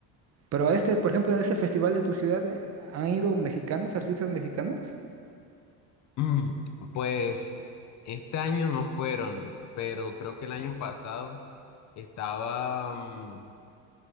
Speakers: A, on the right; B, on the left.
A: Pero a este, por ejemplo, a este festival de tu ciudad, eh, ¿han ido mexicanos, artistas mexicanos?
B: Mm, Pues este año no fueron, pero creo que el año pasado estaba... mm,